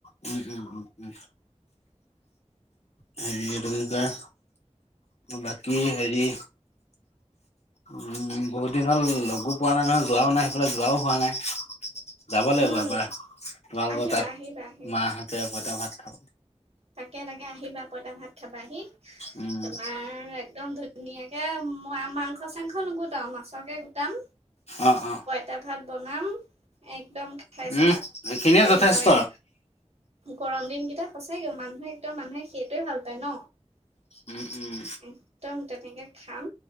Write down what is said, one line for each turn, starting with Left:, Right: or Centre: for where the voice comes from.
Left: উম উম উম উম হেৰি এইটো কি কয় বাকী হেৰি উম বহুত দিন হ'ল লগো পোৱা নাই নহয় যোৱাও নাই সেইফালে যোৱাও হোৱা নাই যাব লাগিব
Right: উম
Left: এবাৰ তোমালোকৰ
Right: আহিবা
Left: তাত
Right: আহিবা আহিবা
Left: মাহঁতে পঁইতা ভাত খাব
Right: তাকে তাকে আহিবা পইতা ভাত খাবাহি।
Left: উম
Right: তোমাৰ একদম ধুনীয়াকে মই মাংস চাংস নোগোটাও আৰু মাছকে গোটাম।
Left: অ' অ'।
Right: তা ভাত বনাম একদম খাই চাবা
Left: উম সেইখিনিয়ে
Right: কেনেকুৱা
Left: যথেষ্ট
Right: লাগে। গৰম দিনকেইটা সঁচাই কে মানুহে একদম মানুহে সেইটোৱে ভাল পায় ন।
Left: উম উম
Right: একদম তেনেকে খাম।